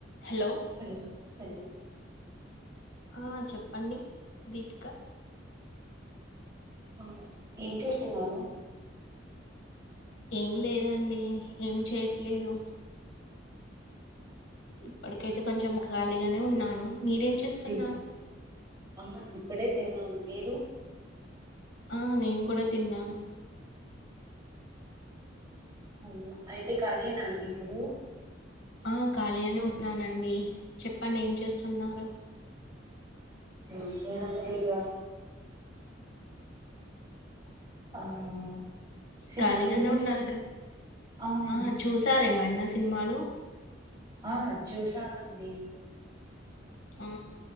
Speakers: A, on the left (about 75°); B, on the right (about 25°).
A: Hello
B: hello hello
A: ఆ చెప్పండి దీపిక
B: ఆ ఏం చేస్తున్నారు
A: ఏమి లేదండి ఏం చేయట్లేదు ఇప్పటికైతే కొంచెం ఖాళీగానే ఉన్నాను మీరేం చేస్తున్నారు
B: తిన్ ఆ ఇప్పుడే తిన్నాము మీరు
A: ఆ నేను కూడా తిన్నాను
B: అవున అయితే ఖాళీ ఏ నా అండి ఇప్పుడు
A: ఆ ఖాళీగానే ఉన్నానండి చెప్పండి ఏం చేస్తున్నారు
B: ఏం లేదండి ఇగ ఆ సినిమాల
A: ఖాళీగానే
B: గురించి
A: ఉన్నారు కద
B: అవునండి
A: ఆ చూసారేమైన సినిమాలు
B: ఆ చూసామండి
A: ఆ